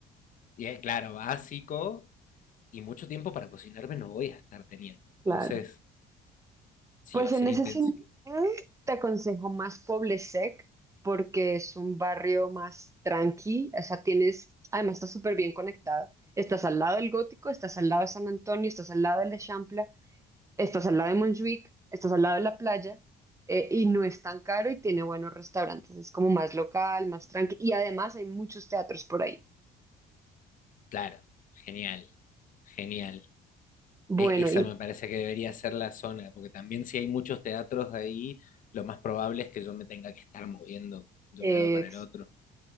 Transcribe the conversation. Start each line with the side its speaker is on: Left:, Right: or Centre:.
Left: Y es claro, básico y mucho tiempo para cocinarme no voy a estar teniendo. Entonces,
Right: Claro.
Left: sí,
Right: Pues
Left: va a ser
Right: en ese
Left: intensivo.
Right: sentido, te aconsejo más Poblesec porque es un barrio más tranqui, o sea, tienes, además está súper bien conectado. Estás al lado del Gótico, estás al lado de San Antonio, estás al lado del Eixample, estás al lado de Montjuic, estás al lado de la playa eh, y no es tan caro y tiene buenos restaurantes, es como más local, más tranqui y además hay muchos teatros por ahí.
Left: Claro, genial, genial.
Right: Bueno,
Left: E- Esa
Right: y
Left: me parece que debería ser la zona, porque también si hay muchos teatros ahí, lo más probable es que yo me tenga que estar moviendo de
Right: eh,
Left: un lado para el otro.